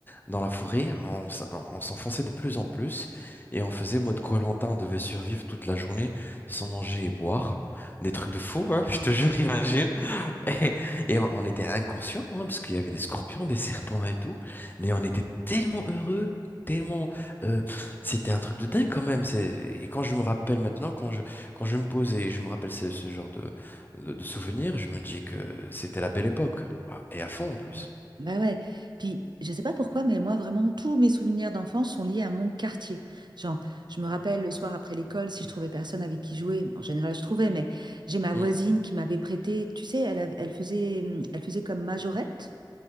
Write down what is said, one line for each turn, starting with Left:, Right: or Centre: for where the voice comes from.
Left: dans la forêt, on, s- on s'enfonçait de plus en plus et on faisait mode koh on devait survivre toute la journée sans manger et boire. Des trucs de fou, hein, <laughs> je te jure, imagine. <laughs> Et et on on était inconscients, hein, parce qu'il y avait des scorpions, des serpents et tout, mais on était tellement heureux, tellement... euh, c'était un truc de dingue quand même. c'est- Et quand je me rappelle maintenant, quand je, quand je me pose et je me rappelle ce, ce genre de, de, de souvenirs, je me dis que c'était la belle époque. Ah, Et à fond en plus.
Right: Ouais. Bah ouais. Puis, je sais pas pourquoi, mais moi, vraiment, tous mes souvenirs d'enfance sont liés à mon quartier. Genre, je me rappelle le soir après l'école, si je trouvais personne avec qui jouer, en général, je trouvais, mais j'ai ma
Left: Mm.
Right: voisine qui m'avait prêté, tu sais, elle, av- elle faisait, hum, elle faisait comme majorette.